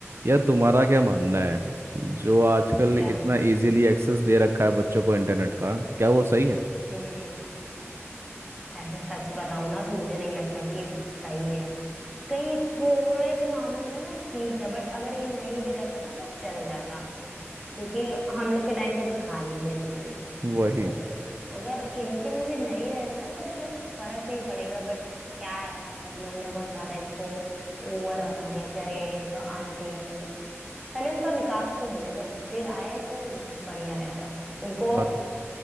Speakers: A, on the right; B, in the centre.
A: यार तुम्हारा क्या मानना है जो आजकल
B: क्या
A: इतना इजीली एक्सेस दे रखा है बच्चों को इंटरनेट का क्या वो सही है
B: हम्म ऐसे सच बताऊं ना तो मुझे नहीं लगता कि ये सही है कई थोड़े से मामलों में ना ठीक है बट अगर ये नहीं भी रहता ना तो चल जाता क्योंकि हम लोग के टाइम पे तो था नहीं बिल्कुल भी
A: वही
B: तो अगर इनके में भी नहीं रहेगा ना तो उतना कुछ फर्क नहीं पड़ेगा बट क्या है ना सब लोग ने बहुत ज्यादा इसको ओवर बना दिया कि अरे ये सब आना चाहिए आना चाहिए पहले उनका विकास तो होने दो फिर आए तो बढ़िया रहता है उनको
A: बात